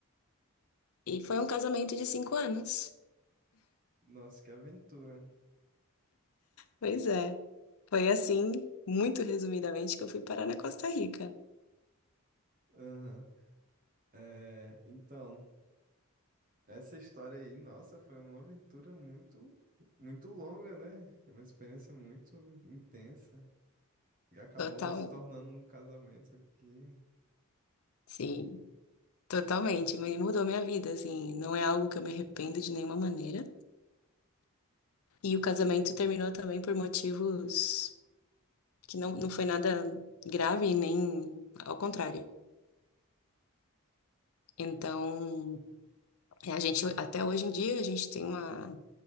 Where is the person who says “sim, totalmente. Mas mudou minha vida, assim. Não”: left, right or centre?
Left